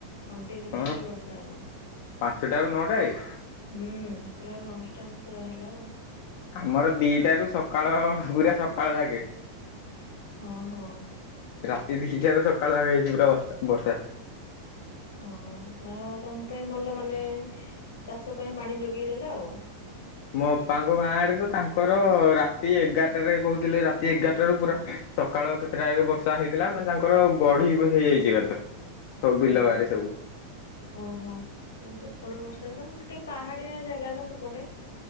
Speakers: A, on the left (about 65°); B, on the left (about 50°).
A: କଣ୍ଟିନୁସଲି
B: ତମର
A: ବର୍ଷା ହେଲା।
B: ପାଞ୍ଚଟାରୁ ନଅଟାଯାଏ।
A: ହୁଁ ପୁରା କ୍ନଷ୍ଟାଣ୍ଟ ପୁରା ହେଲା ଆଉ
B: ଆମର ଦିଟାରୁ ସକାଳ ପୁରା ସକାଳ ଯାକେ।
A: ଓହୋ।
B: ରାତି ଦିଇଟାରେ ସକାଳ ଲାଗା ହେଇଛି ପୁରା ବର ବର୍ଷା।
A: ହଁ ଆ ତମ ପାଇଁ ଭଲ ମାନେ ଚାଷ ପାଇଁ ପାଣି ଯୋଗେଇଦେଲା ଆଉ
B: ମୋ ଅପାଙ୍କ ଗାଁ ଆଡେ ତ ତାଙ୍କର ରାତି ଏଗାରଟାରେ କହୁଥିଲେ ରାତି ଏଗାରଟାରୁ ପୁରା ସକାଳ କେତେଟା ବର୍ଷା ହେଇଥିଲା ମାନେ ତାଙ୍କର ବଢି ହେଇଯାଇଛି ଏକାଥରେ। ସବୁ ବିଲବାରି
A: ଓହୋ।
B: ସବୁ।
A: ଓହୋ ତାହଲେ ସେପଟେ ବର୍ଷା ତମ ଟିକେ ପାହାଡିଆ ଜାଗା ନା ସେପଟେ।